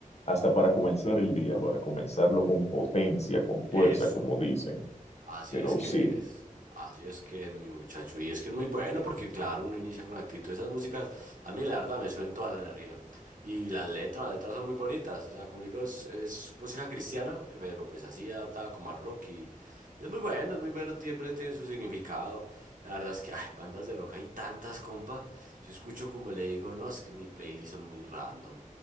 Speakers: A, on the left (about 50°); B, on the right (about 70°).
A: hasta para comenzar el día, para comenzarlo con potencia, con fuerza,
B: eso.
A: como dicen.
B: Así
A: Pero
B: es que
A: sí,
B: es, así es que es mi muchacho. Y es que es muy bueno porque, claro, uno inicia con actitud. Esas músicas, a mí la verdad me suben toda la energía. Y las letras, las letras son muy bonitas. O sea, como le digo, es, es música cristiana, eh, pero pues así adaptada como al rock. Y, y es muy bueno, es muy bueno, siempre tiene su significado. La verdad es que, ay, bandas de rock hay tantas, compa. Yo escucho como le digo, no, es que mi playlist son muy random.